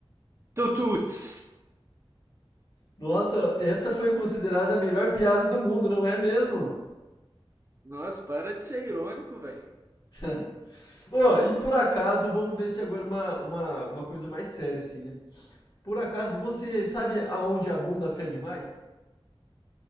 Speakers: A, on the right; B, on the left.
A: Tututs.
B: Nossa, essa foi considerada a melhor piada do mundo, não é mesmo?
A: Nossa, para de ser irônico, velho.
B: <laughs> Ô, e por acaso, vamos ver se agora uma, uma, uma coisa mais séria, assim, né? Por acaso, você sabe aonde a bunda fé é demais?